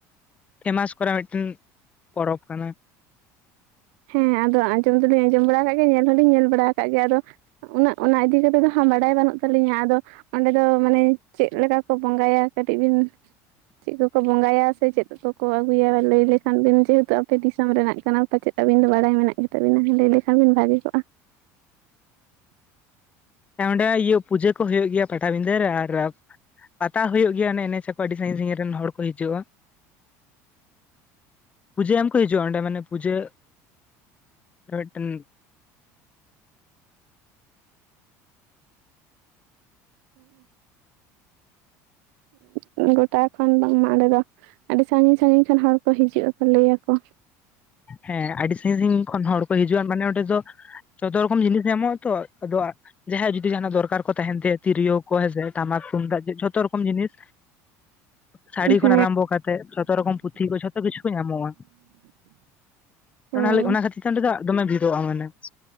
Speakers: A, on the left (about 20°); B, on the right (about 80°).
A: ᱯᱷᱮᱢᱟᱥ ᱠᱚᱨᱟ ᱢᱤᱫᱴᱮᱱ ᱯᱚᱨᱚᱵᱽ ᱠᱟᱱᱟ
B: ᱦᱮᱸ ᱟᱫᱚ ᱟᱸᱡᱚᱢ ᱫᱚᱞᱤᱧ ᱟᱸᱡᱚᱢ ᱵᱟᱲᱟ ᱠᱟᱜ ᱜᱮᱭᱟ ᱧᱮᱞ ᱦᱚᱸᱞᱤᱧ ᱧᱮᱞ ᱵᱟᱲᱟ ᱠᱟᱜ ᱜᱮᱭᱟ ᱟᱫᱚ ᱩᱱᱟᱹᱜ ᱚᱱᱟ ᱤᱫᱤ ᱠᱟᱛᱮᱫ ᱫᱚ ᱦᱟᱸᱜ ᱵᱟᱰᱟᱭ ᱵᱟᱹᱱᱩᱜ ᱛᱟᱹᱞᱤᱧᱟ ᱟᱫᱚ ᱚᱸᱰᱮ ᱫᱚ ᱢᱟᱱᱮ ᱪᱮᱫ ᱞᱮᱠᱟ ᱠᱚ ᱵᱚᱸᱜᱟᱭᱟ ᱠᱟᱹᱴᱤᱡ ᱵᱤᱱ ᱪᱮᱜ ᱠᱚᱠᱚ ᱵᱚᱸᱜᱟᱭᱟ ᱥᱮ ᱪᱮᱫ ᱠᱚᱠᱚ ᱟᱹᱜᱩᱭᱟ ᱞᱟᱹᱭ ᱞᱮᱠᱷᱟᱱ ᱵᱤᱱ ᱡᱮᱦᱮᱛᱩ ᱟᱯᱮ ᱫᱤᱥᱚᱢ ᱨᱮᱱᱟᱜ ᱠᱟᱱᱟ ᱯᱟᱪᱮᱫ ᱟᱹᱵᱤᱱ ᱫᱚ ᱵᱟᱲᱟᱭ ᱢᱮᱱᱟᱜ ᱜᱮᱛᱟᱵᱤᱱᱟ ᱞᱟᱹᱭ ᱞᱮᱠᱷᱟᱱ ᱵᱤᱱ ᱵᱷᱟᱜᱤ ᱠᱚᱜᱼᱟ
A: ᱚᱸᱰᱮ ᱤᱭᱟᱹ ᱯᱩᱡᱟᱹ ᱠᱚ ᱦᱩᱭᱩᱜ ᱜᱮᱭᱟ ᱯᱟᱴᱟᱵᱤᱫᱟᱹ ᱨᱮ ᱟᱨ ᱯᱟᱛᱟ ᱦᱳᱭᱳᱜ ᱜᱮᱭᱟ ᱚᱱᱮ ᱮᱸᱱᱮᱡ ᱟᱠᱚ ᱟᱹᱰᱤ ᱥᱟᱺᱜᱤᱧ ᱥᱟᱜᱤᱧ ᱨᱮᱱ ᱦᱚᱲ ᱠᱚ ᱦᱤᱡᱩᱜᱼᱟ ᱯᱩᱡᱟᱹ ᱮᱢᱠᱩ ᱦᱤᱡᱩᱜᱼᱟ ᱚᱸᱰᱮ ᱢᱟᱱᱮ ᱯᱩᱡᱟᱹ ᱟᱨᱚ ᱢᱤᱫᱴᱮᱱ
B: ᱦᱩᱸ ᱜᱚᱴᱟ ᱠᱷᱚᱱ ᱵᱟᱝᱢᱟ ᱚᱸᱰᱮ ᱫᱚ ᱟᱹᱰᱤ ᱥᱟᱹᱜᱤᱧ ᱥᱟᱹᱜᱤᱧ ᱠᱷᱚᱱ ᱦᱚᱲ ᱠᱚ ᱦᱤᱡᱩᱜ ᱟᱠᱚ ᱞᱟᱹᱭᱟᱠᱚ
A: ᱦᱮᱸ ᱟᱹᱰᱤ ᱥᱟᱹᱜᱤᱧ ᱥᱟᱹᱜᱤᱧ ᱠᱷᱚᱱ ᱦᱚᱲ ᱠᱚ ᱦᱤᱡᱩᱜᱼᱟ ᱢᱟᱱᱮ ᱚᱸᱰᱮ ᱫᱚ ᱡᱚᱛᱚᱨ ᱨᱚᱠᱚᱢ ᱡᱤᱱᱤᱥ ᱧᱟᱢᱚᱜᱼᱟ ᱛᱚ ᱟᱫᱚ ᱡᱟᱦᱟᱸᱭᱟᱜ ᱡᱩᱫᱤ ᱡᱟᱦᱟᱸᱱᱟᱜ ᱫᱚᱨᱠᱟᱨ ᱠᱚ ᱛᱟᱦᱮᱸᱱ ᱛᱮ ᱛᱤᱨᱭᱳ ᱠᱚ ᱦᱮᱸᱥᱮ ᱴᱟᱢᱟᱠ ᱛᱩᱢᱫᱟᱜ ᱡᱷᱚᱛᱚ ᱨᱚᱠᱚᱢ ᱡᱤᱱᱤᱥ ᱥᱟᱹᱲᱤ ᱠᱷᱚᱱ
B: ᱦᱮᱸ
A: ᱟᱨᱟᱢᱵᱚ ᱠᱟᱛᱮ ᱡᱷᱚᱛᱚ ᱨᱚᱠᱚᱢ ᱯᱩᱛᱷᱤ ᱠᱚ ᱡᱷᱚᱛᱚ ᱠᱤᱪᱷᱩ ᱧᱟᱢᱚᱜᱼᱟ
B: ᱦᱮᱸ
A: ᱚᱱᱟᱞ ᱚᱱᱟ ᱠᱷᱟᱹᱛᱤᱨ ᱚᱸᱰᱮ ᱫᱚ ᱫᱚᱢᱮ ᱵᱷᱤᱲᱚᱜᱼᱟ ᱢᱟᱱᱮ